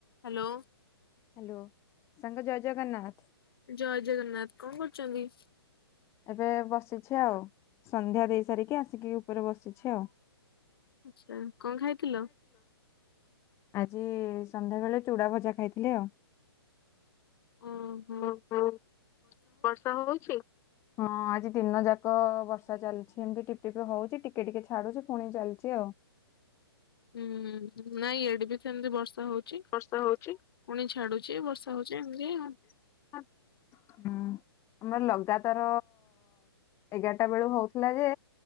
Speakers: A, on the left; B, on the left.
A: Hello.
B: Hello ସାଙ୍ଗ ଜୟ ଜଗନ୍ନାଥ।
A: ଜୟ ଜଗନ୍ନାଥ କଣ କରୁଚନ୍ତି?
B: ଏବେ ବସିଛି ଆଉ ସନ୍ଧ୍ୟା ଦେଇ ସାରିକି ଆସିକି ଉପରେ ବସିଛି ଆଉ।
A: ଆଚ୍ଛା କଣ ଖାଇଥିଲ?
B: ଆଜି ସନ୍ଧ୍ୟାବେଳେ ଚୁଡ଼ା ଭଜା ଖାଇଥିଲି ଆଉ।
A: ଓହୋ।
B: ଓହୋ ବର୍ଷା ହୋଉଚି ହଁ ଆଜି ଦିନ ଯାକ ବର୍ଷ୍ ଷା ଚାଲଚି ହେମତି ଟିପ ଟିପି ହୋଉଚି ଟିକେ ଟିକେ ଛାଡୁଚି ପୁଣି ଚାଲୁଚି ଆଉ।
A: ଉଁହୁଁ ନାଇଁ ୟାଡେ ବି ସେମତି ବର୍ଷା ହୋଉ ଚି ପୁଣି
B: ବର୍ଷା ହଉଛି
A: ଛାଡୁଚି ବର୍ଷା ହୋଉଚି ଏମତି ଆଉ।
B: ହଁ। ହୁଁ ଆମର ଲଗାତାର ଏଗାରଟା ବେଳୁ ହୋଉଥିଲା ଯେ